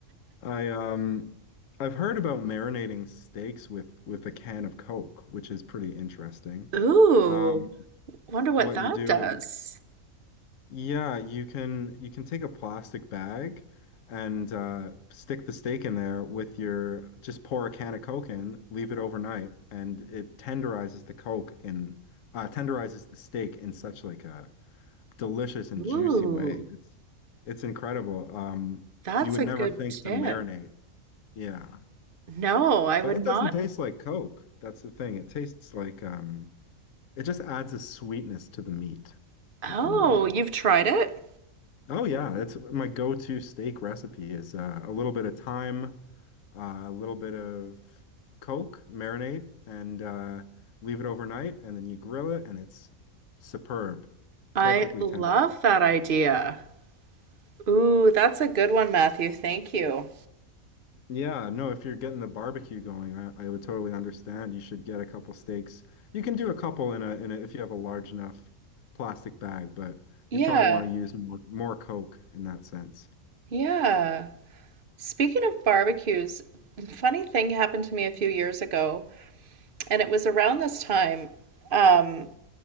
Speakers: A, on the left; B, on the right.
A: I um I've heard about marinating steaks with with a can of Coke, which is pretty interesting.
B: <laughs> Ooh,
A: Um,
B: wonder what
A: what
B: that
A: you do
B: does.
A: is yeah, you can you can take a plastic bag and uh, stick the steak in there with your just pour a can of Coke in, leave it overnight, and it tenderizes the Coke in uh, tenderizes the steak in such like a delicious and
B: Ooh,
A: juicy way. It's it's incredible. Um,
B: that's
A: you would
B: a
A: never
B: good
A: think
B: tip.
A: to marinate. Yeah.
B: No, I
A: But
B: would
A: it
B: not.
A: doesn't taste like Coke. That's the thing. It tastes like um it just adds a sweetness to the meat,
B: Oh,
A: if you know what I mean.
B: you've tried it?
A: Oh yeah, that's my go-to steak recipe is uh, a little bit of thyme, uh, a little bit of Coke, marinate, and uh, leave it overnight, and then you grill it, and it's superb,
B: I
A: perfectly
B: love
A: tender.
B: that idea. Ooh, that's a good one, Matthew. Thank you.
A: Yeah, no, if you're getting the barbecue going, I, I would totally understand. You should get a couple steaks. You can do a couple in a in a if you have a large enough plastic bag, but
B: Yeah,
A: you'd probably want to use more more Coke in that sense.
B: yeah. Speaking of barbecues, funny thing happened to me a few years ago, and it was around this time. Um,